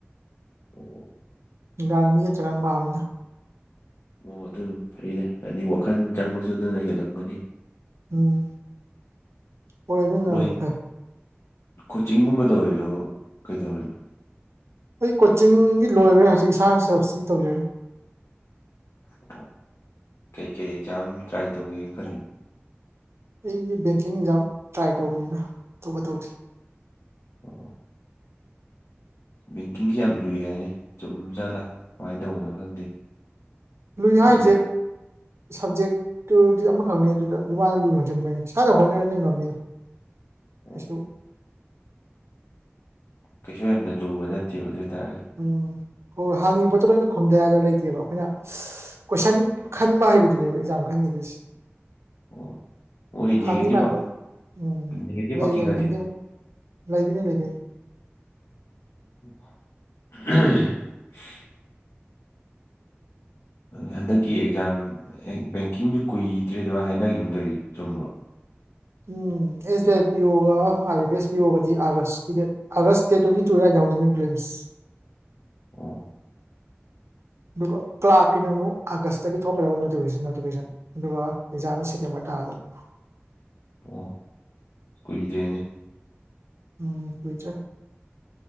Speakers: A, on the left; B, on the right.
A: ꯑꯣ
B: ꯅꯨꯡꯗꯥꯡ ꯃꯤ‌ ꯂꯩꯇ꯭ꯔꯀꯥꯟ ꯄꯥꯕꯅꯤꯗ
A: ꯑꯣ ꯑꯗꯨꯅ ꯐꯩꯔꯦ ꯍꯥꯏꯗꯤ ꯋꯥꯈꯜ ꯆꯪꯕꯁꯨ ꯑꯗꯨꯅ ꯍꯦꯜꯂꯝꯒꯅꯤ
B: ꯎꯝ ꯍꯣꯏ ꯑꯗꯨꯅꯕꯨꯗꯤ
A: ꯍꯧꯖꯤꯛ
B: ꯐꯩ
A: ꯀꯣꯆꯤꯡꯒꯨꯝꯕ ꯇꯧꯔꯤꯔꯣ ꯀꯩꯗꯧꯔꯤꯅꯣ
B: ꯑꯩ ꯀꯣꯆꯤꯡꯒꯤ ꯂꯣꯏꯈ꯭ꯔꯦ ꯍꯧꯖꯤꯛ ꯏꯁꯥꯅ ꯁꯦꯜꯞ ꯏꯁꯇꯗꯤ ꯇꯧꯖꯔꯤ
A: ꯑꯣ ꯀꯩꯀꯩ ꯑꯦꯛꯖꯥꯝ ꯇ꯭ꯔꯥꯏ ꯇꯧꯒꯦꯅ ꯈꯜꯂꯤꯅꯣ
B: ꯑꯩꯁꯦ ꯕꯦꯡꯀꯤꯡ ꯑꯦꯛꯖꯥꯝ ꯇ꯭ꯔꯥꯏ ꯇꯧꯕꯅꯤꯗ ꯑꯇꯣꯞꯄ ꯇꯧꯗꯦ
A: ꯑꯣ ꯕꯦꯡꯀꯤꯡꯁꯤ ꯌꯥꯝ ꯂꯨꯏ ꯍꯥꯏꯅꯦ ꯆꯨꯝꯖꯥꯠꯂꯥ ꯀꯃꯥꯏꯅ ꯇꯧꯕꯅꯣ ꯈꯪꯗꯦ
B: ꯅꯣꯏ ꯍꯥꯏꯁꯦ
A: ꯃꯤꯅ
B: ꯁꯞꯖꯦꯛꯇꯨꯗꯤ ꯑꯃꯈꯛꯅꯤ ꯑꯗꯨꯗ <unintelligible> ꯏꯁꯥꯅ ꯍꯣꯠꯅꯔꯗꯤ ꯉꯝꯅꯤꯗ
A: ꯑꯣ
B: ꯀꯩꯁꯨ
A: ꯀꯩꯁꯨ ꯌꯥꯝꯅ ꯂꯨꯕ ꯅꯠꯇꯦꯕ ꯑꯗꯨ ꯑꯣꯏꯇꯥꯔꯒꯗꯤ
B: ꯎꯝ ꯍꯣꯏ ꯍꯥꯡꯉꯤ ꯄꯣꯠꯇꯣ ꯂꯣꯏꯅ ꯈꯨꯨꯝꯗꯌꯥꯗ ꯂꯩꯇꯦꯕ ꯑꯩꯈꯣꯏꯅ ꯀꯣꯏꯁꯟ ꯈꯟꯕ ꯍꯩꯕꯗꯨꯅꯦꯕ ꯑꯦꯛꯖꯥꯝ ꯈꯟꯈꯤꯗꯣꯏꯁꯦ
A: ꯑꯣ ꯃꯣꯏ
B: ꯍꯪꯉꯤ
A: ꯅꯦꯒꯦꯇꯤꯞ
B: ꯃꯌꯥꯝꯗꯨꯗꯩ ꯎꯝ
A: ꯅꯦꯒꯦꯇꯤꯞ
B: ꯂꯩ
A: ꯃꯥꯔꯀꯤꯡ
B: ꯂꯩ
A: ꯍꯥꯏꯗꯤ
B: ꯅꯦꯒꯦꯇꯤꯚ ꯂꯩꯗꯣꯏꯅꯦ ꯂꯩꯗꯣꯏꯅꯦ
A: <unintelligible> <inaudible> ꯍꯟꯗꯛꯀꯤ ꯑꯦꯛꯖꯥꯝ ꯕꯦꯡꯀꯤꯡꯁꯨ ꯀꯨꯏꯗ꯭ꯔꯦ ꯑꯗꯨꯃꯥꯏ ꯍꯥꯏꯅꯈꯤꯒꯨꯝ ꯇꯧꯏ ꯆꯨꯝꯕ꯭ꯔꯣ
B: ꯎꯝ ꯑꯦꯁ ꯕꯤ ꯑꯥꯏ ꯄꯤ ꯑꯣꯒ I B B S P ꯑꯣꯒꯗꯤ ꯑꯥꯒꯁꯀꯤ date August date twenty two ꯑꯗꯨꯋꯥꯏꯗꯩ ꯍꯧꯗꯣꯏꯅꯦ ꯄ꯭ꯔꯤꯝꯁ
A: ꯑꯣ
B: ꯑꯗꯨꯒ ꯀ꯭ꯂꯥꯛꯀꯤꯅ ꯑꯃꯨꯛ ꯑꯥꯒꯁ ꯑꯥꯒꯁꯇꯒꯤ ꯊꯣꯛꯀꯗꯕ ꯅꯣꯇꯤꯐꯤꯀꯦꯁꯟ ꯅꯣꯇꯤꯐꯤꯀꯦꯁꯟ ꯑꯗꯨꯒ ꯑꯦꯛꯖꯥꯝꯅ ꯁꯦꯞꯇꯦꯝꯕꯔ ꯇꯥꯗꯣꯏꯕ
A: ꯑꯣ ꯀꯨꯏꯗ꯭ꯔꯦꯅꯦ
B: ꯎꯝ ꯀꯨꯏꯗ꯭ꯔꯦ